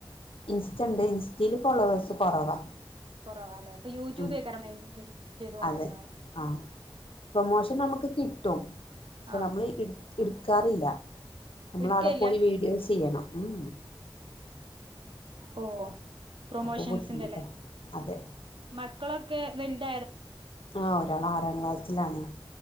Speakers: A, on the left; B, on the right.
A: ഇൻസ്റ്റണ്ട് ഇൻസ്റ്റൽ ഫോളോവേഴ്സ് കുറവാ
B: കുറവാല്ലേപ്പൊ യൂട്യൂബക്ക
A: ഉം
B: <unintelligible> ചെയ്ത് കൊണ്ടണല്ലേ
A: അതെ ആ പ്രൊമോഷൻ നമുക്ക് കിട്ടും പക്ഷെ
B: ആ
A: നമ്മള് എടുക്കാറില്ല നമ്മൾ
B: എടുക്കയില്ല
A: അവിടെ പോയി വീഡിയോസ് ചെയ്യണം ഉം
B: ഓ പ്രൊമോഷൻസിന്റല്ല
A: അപ്പൊ ബുദ്ധിമുട്ടാ അതെ
B: മക്കളൊക്കെ വലുത
A: ആഹ് ഒരാൾ ആറാം ക്ലാസ്സിലാണ്